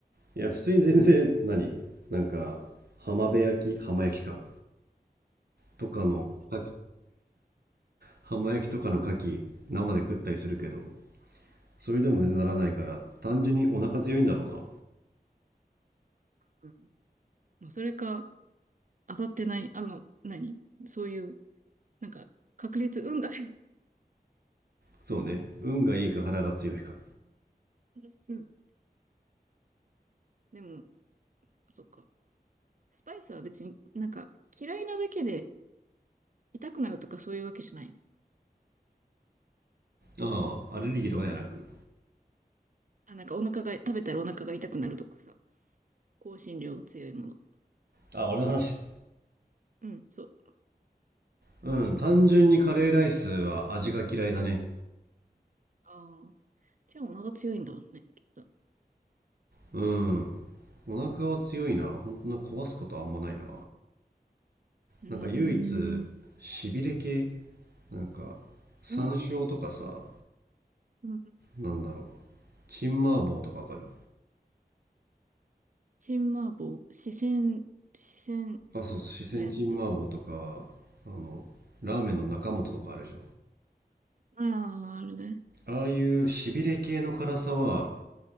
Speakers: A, on the right; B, on the right.
A: いや普通に全然何なんか浜辺焼き浜焼きかとかの牡蠣浜焼きとかの牡蠣生で食ったりするけどそれでも全然ならないから単純にお腹強いんだろうな
B: うんうんまあ、それか、当たってない、あの、何そういう、なんか、確率、運が。
A: そうね運がいいか腹が強いか
B: うん。うんでも、そっか。スパイスは別になんか、嫌いなだけで痛くなるとかそういうわけじゃない
A: ああアレルギーとかではなく
B: あ、なんかお腹が、食べたらお腹が痛くなるとかさ。香辛料強いもの。
A: あ、俺の話。
B: うん、そう。
A: うん単純にカレーライスは味が嫌いだね
B: ああ。じゃあお腹強いんだろうね、きっと。う
A: うんお腹は強いな本当な壊すことあんまないな
B: ーん。
A: なんか唯一しびれ系なんか山椒とかさ
B: うーん。うん。
A: なんだろうチンマーボーとかわかる
B: 新麻婆、四川、四川
A: あそうそう四川チンマーボーとかあのラーメンの中本とかあるじ
B: のやつ。ああ、あるね。
A: ゃんああいうしびれ系の辛さは